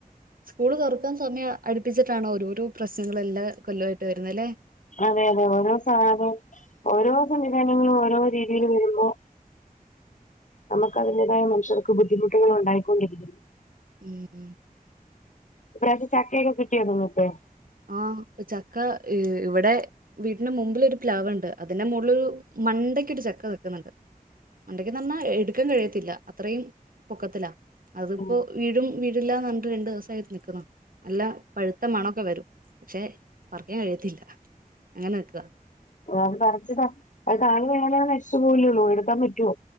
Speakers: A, on the right; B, on the left.
A: സ്കൂള് തൊറക്കാൻ സമയം അടുപ്പിച്ചിട്ടാണോ പ്രശ്ണങ്ങള് എല്ലാ കൊല്ലായിട്ട് വെരുന്നെ ലെ
B: അതെ അതെ ഓരോ സാധ ഓരോ സംവിധാനങ്ങളും ഓരോ രീതില് വരുമ്പോ നമക്ക് അതിന്റെതായ മനുഷ്യർക്ക് ബുദ്ധിമുട്ടുകൾ ഒണ്ടായിക്കൊണ്ടിരിക്കുന്നു
A: ഉം
B: ഇപ്രാവ്ശ്യം ചക്കയെക്കെ കിട്ടിയോ നിങ്ങക്ക്
A: ആഹ് ഇക്ക് ചക്ക ഇവ് ഇവെടെ വീട്ട്ന്റെ മുമ്പില് ഒര് പ്ലാവ്ണ്ട് അതിന്റെ മോള്ളാെരു മണ്ടയ്ക്കൊരു ചക്ക നിക്ക്ന്ന്ണ്ട് ഉണ്ടെങ്കി നന്നായ് എട്ക്കാൻ കഴിയത്തില്ല അത്രയും പൊക്കത്തിലാ അത് ഇപ്പോ
B: ഉം
A: വീഴും വീഴില്ലാന്ന് പർണ് ട്ട് രണ്ട് ദിവസായി നിക്ക്ണു നല്ല പഴ്ത്ത മണൊക്കെ വെരും പക്ഷെ പറിക്കാൻ കഴിയത്തില്ല അങ്ങനെ നിക്കാ
B: ഓഹ് അത് പറച്ച് താ അത് താഴെ വീണാലത് നിശിച്ച് പോവെല്ലെ ഉള്ളൂ ഇട്ക്കാൻ പറ്റോ